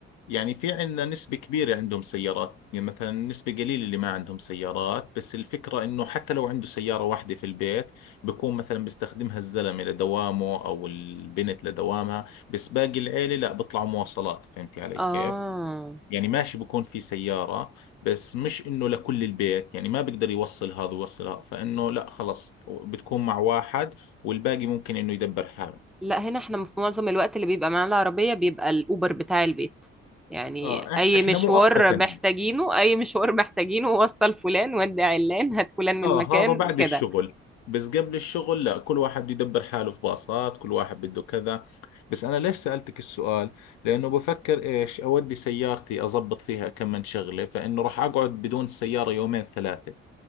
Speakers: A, on the left; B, in the centre.
A: يعني في عندنا نسبة كبيرة عندهم سيارات يعني مثلا نسبة قليلة اللي ما عندهم سيارات بس الفكرة إنه حتى لو عنده سيارة واحدة في البيت بكون مثلا بيستخدمها الزلمة لدوامه أو البنت لدوامها بس باقي العيلة لا بيطلعوا مواصلات فهمتي علي
B: آه
A: كيف؟ يعني ماشي بكون في سيارة بس مش إنه لكل البيت يعني ما بقدر يوصل هذا ويوصل هذا فإنه لا خلص بتكون مع واحد والباقي ممكن إنه يدبر حاله
B: لا هنا احنا في معظم الوقت اللي بيبقى معانا العربية بيبقى الأوبر بتاع البيت يعني
A: آه إح-
B: أي
A: إحنا
B: مشوار
A: مؤقتا
B: محتاجينه أي مشوار محتاجينه وصل فلان ودع علان هات فلان من
A: اه
B: مكان
A: هذا بعد
B: كده
A: الشغل بس قبل الشغل لا كل واحد بده يدبر حاله في باصات كل واحد بده كذا بس انا ليش سألتك السؤال لانه بفكر ايش اودي سيارتي اضبط فيها كم من شغلة فانه راح اقعد بدون السيارة يومين ثلاثة